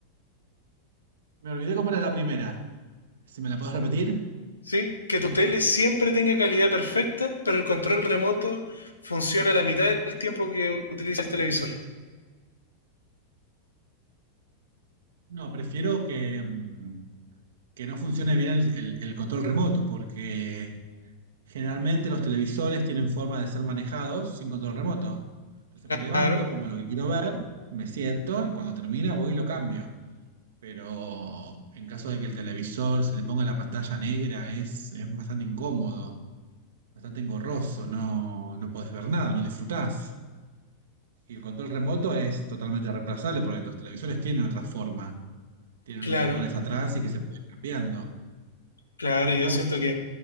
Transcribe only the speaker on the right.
me olvidé cómo era la primera. Si me la puedes repetir.
No, prefiero que, mm, que no funcione bien el, el- el control remoto, porque generalmente los televisores tienen forma de ser manejados sin control remoto. Entonces me levanto,
pongo lo que quiero ver, me siento y cuando termina voy y lo cambio. Pero en caso de que el televisor se le ponga la pantalla negra, es, es bastante incómodo, bastante engorroso, no, no podés ver nada, no disfrutás. Y el control remoto es totalmente reemplazable porque los televisores tienen otra forma, tienen
unos botones atrás y que se pueden ir cambiando.
Vos